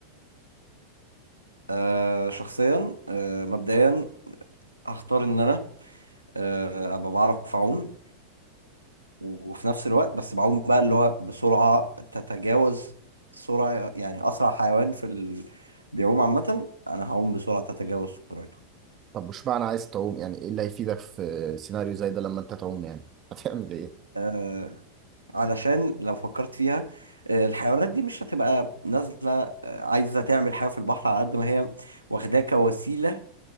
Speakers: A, on the right; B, on the right.
A: آه شخصيا آه مبدئيا هختار ان انا آه ابقى بعرف اعوم وفي نفس الوقت بس بعوم بقى اللي هو بسرعه تتجاوز سرعه يعني اسرع حيوان في ال... بيعوم عامه انا هعوم بسرعه تتجاوز سرعته
B: طب مش معنى عايز تعوم يعني ايه اللي هيفيدك في سيناريو زي ده لما انت تعوم يعني؟ هتعمل ايه؟
A: آه علشان لو فكرت فيها آه، الحيوانات دي مش هتبقى نازلة آه، عايزة تعمل حاجة في البحر على قد ما هي واخداه كوسيلة